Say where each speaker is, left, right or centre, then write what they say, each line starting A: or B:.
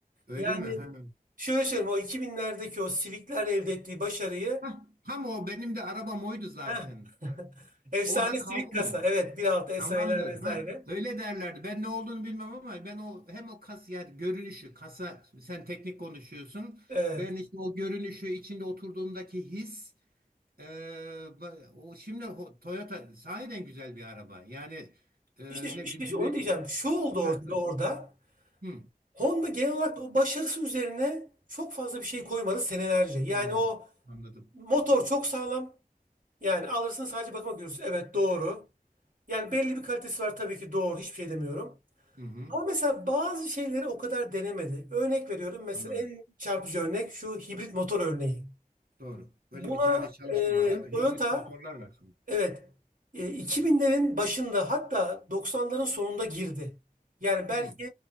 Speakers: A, on the right (about 80°); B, on the right (about 60°).
A: Öyle
B: Yani
A: mi? Ha.
B: şöyle söyleyeyim o 2000'lerdeki o Civic'ler elde ettiği başarıyı
A: Hah, Tam o benim de arabam oydu zaten.
B: Heh. <laughs> Efsane
A: Orada kaldım
B: Civic kasa.
A: ben.
B: Evet 1.6
A: Tamamdır.
B: SI'ler vesaire.
A: Ha, öyle derlerdi. Ben ne olduğunu bilmem ama ben o hem o kas ya görünüşü, kasa sen teknik konuşuyorsun.
B: Evet.
A: Ben işte o görünüşü içinde oturduğumdaki his Ee, ba- o şimdi ho- Toyota sahiden güzel bir araba. Yani e,
B: İşte,
A: ne
B: işte
A: bileyim güven.
B: onu diyeceğim. Şu oldu
A: Ha,
B: ortada
A: buyur.
B: orada.
A: Hı,
B: Honda genel olarak da o başarısı üzerine çok fazla bir şey koymadı senelerce. Yani
A: hı, hı.
B: o
A: anladım.
B: motor çok sağlam. Yani alırsın sadece bakıma görürsün. Evet doğru. Yani belli bir kalitesi var tabii ki doğru. Hiçbir şey demiyorum.
A: Hı hı,
B: Ama mesela bazı şeyleri o kadar denemedi. Örnek veriyorum. Mesela
A: anladım.
B: en çarpıcı örnek şu hibrit motor örneği.
A: Doğru.
B: Buna
A: Böyle bir tane çalışma
B: e,
A: var değil mi?
B: Toyota
A: Hibrit motorlar var şimdi.
B: Evet. E, 2000'lerin başında hatta 90'ların sonunda girdi. Yani belki
A: Hı,